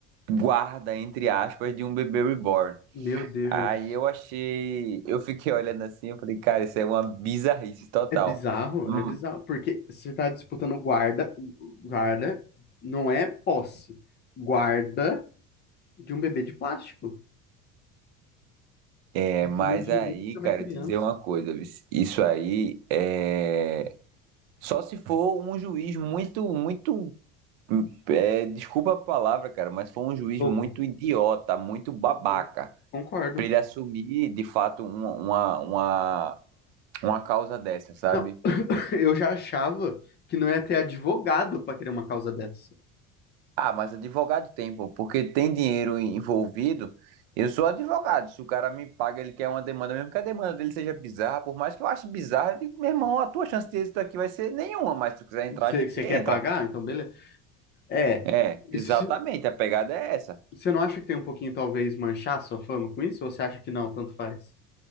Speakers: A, on the right; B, on the left.
A: guarda, entre aspas, de um bebê reborn.
B: Meu Deus.
A: Aí eu achei, eu fiquei olhando assim, eu falei, cara, isso é uma bizarrice total.
B: É bizarro,
A: Hum,
B: é bizarro, porque você está disputando guarda, guarda não é posse, guarda de um bebê de plástico.
A: É,
B: Eu
A: mas
B: tenho direito
A: aí,
B: sobre
A: cara,
B: a criança.
A: eu te dizer uma coisa, viu? isso aí é só se for um juiz muito, muito É, desculpa a palavra, cara, mas foi um juiz
B: Louco.
A: muito idiota, muito babaca,
B: Louco. Concordo.
A: pra ele assumir de fato uma, uma, uma, uma causa dessa, sabe?
B: Não, Eu já achava que não ia ter advogado para criar uma causa dessa.
A: Ah, mas advogado tem, pô, porque tem dinheiro en- envolvido. Eu sou advogado. Se o cara me paga, ele quer uma demanda, mesmo que a demanda dele seja bizarra, por mais que eu ache bizarra, eu digo, meu irmão, a tua chance de êxito aqui vai ser nenhuma, mas se tu quiser entrar,
B: Você
A: a gente
B: você
A: entra.
B: quer pagar? Então, beleza. É.
A: É,
B: E
A: exatamente,
B: se-
A: a pegada é essa.
B: você não acha que tem um pouquinho, talvez, manchar sua fama com isso? Ou você acha que não, tanto faz?